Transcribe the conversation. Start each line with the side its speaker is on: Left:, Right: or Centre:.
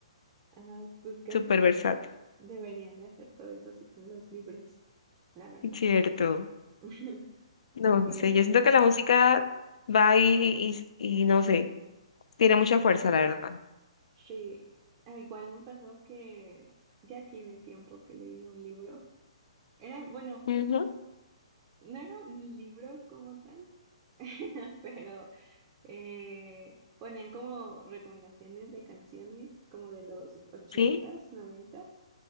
Right: Ah, pues casi
Left: súper versátil,
Right: deberían de hacer todos esos los libros, la verdad.
Left: ¿cierto?
Right: <laughs>
Left: No
Right: Porque
Left: sé, yo siento que la música va ahí y, y no sé, tiene mucha fuerza, la verdad.
Right: sí, ah, igual me pasó que ya tiene tiempo que leí un libro. Era, bueno,
Left: Ujú.
Right: no era un libro como tal, <laughs> pero eh, ponían como recomendaciones de canciones como de los ochentas,
Left: Sí,
Right: noventas.